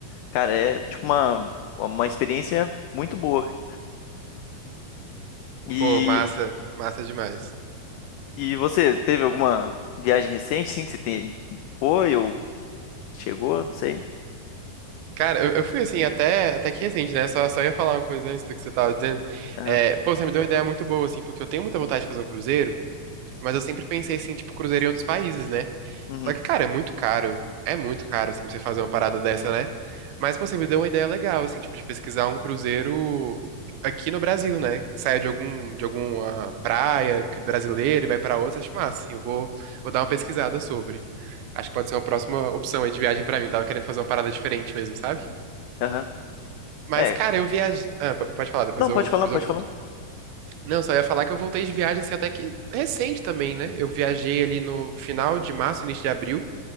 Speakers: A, on the left (about 90°); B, on the right (about 80°).
A: Cara, é tipo
B: Uhum.
A: uma, uma experiência muito boa, cara. E
B: Pô, massa. Massa demais.
A: E você teve alguma viagem recente, sim, que você tem... foi ou chegou, não sei.
B: Cara, eu, eu fui assim, até, até que recente, né? Só, só ia falar uma coisa antes do que você tava dizendo.
A: Aham.
B: É, pô, você me deu uma ideia muito boa, assim, porque eu tenho muita vontade de fazer um cruzeiro, mas eu sempre pensei, assim, tipo, cruzeiro em outros países, né?
A: Uhum.
B: Só que, cara, é muito caro. É muito caro, assim, pra você fazer uma parada dessa, né? Mas, pô, você me deu uma ideia legal, assim, tipo, de pesquisar um cruzeiro aqui no Brasil, né? Que saia de algum, de alguma praia que- brasileira e vai pra outra, acho massa, assim, eu vou, vou dar uma pesquisada sobre. Acho que pode ser uma próxima opção aí de viagem pra mim. Tava querendo fazer uma parada diferente mesmo, sabe?
A: Uhum. Aham.
B: Mas,
A: É,
B: cara, eu viajei. Ah, p- pode falar, depois
A: não,
B: eu,
A: pode falar,
B: depois
A: pode
B: eu conto.
A: falar.
B: Não, só ia falar que eu voltei de viagem, assim, até que recente também, né? Eu viajei ali no final de março, início de abril.